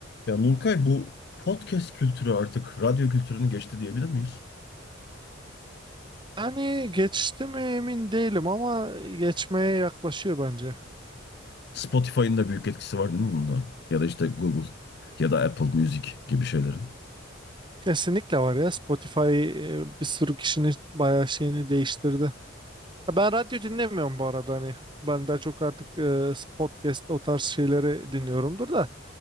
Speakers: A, on the left; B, on the right.
A: Ya Nurkay bu podcast kültürü artık radyo kültürünü geçti diyebilir miyiz?
B: Hani geçti mi emin değilim ama geçmeye yaklaşıyor bence.
A: Spotify'ın da büyük etkisi var değil mi bunda? Ya da işte Google ya da Apple Music gibi şeylerin.
B: Kesinlikle var ya Spotify e, bir sürü kişinin bayağı şeyini değiştirdi. Ya Ben radyo dinlemiyorum bu arada hani. Ben daha çok artık e, podcast o tarz şeyleri dinliyorumdur da.